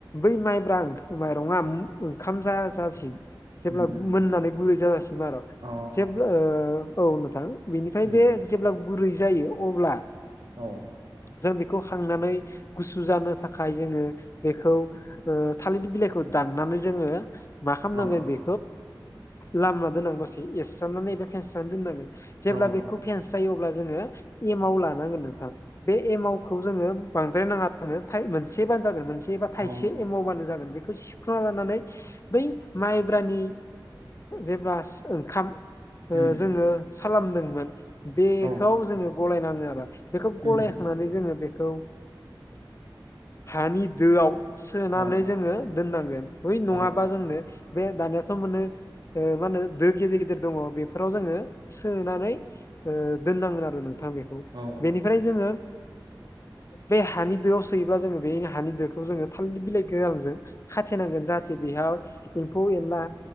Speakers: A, on the left; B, on the right.
A: बै माइब्रा माइरङा ओंखाम जाजासिम जेब्ला
B: उम उम
A: मोननानै गुरै जाजासिम आरो
B: औ
A: जेब्ला औ नोंथां बेनिफ्राय
B: उम
A: बे जेब्ला गुरै जायो अब्ला
B: औ
A: जों बेखौ खांनानै गुसु जानो थाखाय जोङो बेखौ थालिरनि बिलाइखौ दाननानै जोङो मा खालामनांगोन
B: औ
A: बे लामना दोनांगौ दसे एरस्रनानै एबा फेनस्राना दोननांगोन जेब्ला
B: औ
A: बेखौ फेनस्रा यो अब्ला जोङो एमाव लानांगोन नोंथां बे एमावखौ जोङो बांद्राय नाङा जोंनो थाइ मोनसेबानो जागोन मोनसे एबा थाइसे
B: औ
A: एमावबानो जागोन बेखौ सि नानै बै माइब्रानि जेब्ला ओंखाम
B: उम
A: जोङो सा लामदोंमोन बेखौ
B: औ
A: जोङो गलायनाङो आरो बेखौ
B: उम
A: गलायखांनानै
B: उम
A: जोङो बेखौ हानि दोआव सोनानै
B: औ
A: जोङो दोननांगोन हइ नङाबा
B: औ
A: जोंनो बे दानियाथ' मोनो मा होनो दो गिदिर गिदिर दङ बेफोराव जोङो सोनानै दोननांगोन आरो नों थां बेखौ
B: औ
A: बेनिफ्राय जोङो बे हानि दोआव सोयोब्ला जोङो बे हानि दोखौ जोङो थालिर बिलाइ गोरानजों खाथेनांगोन जाहाथे बेहाय एम्फौ एनला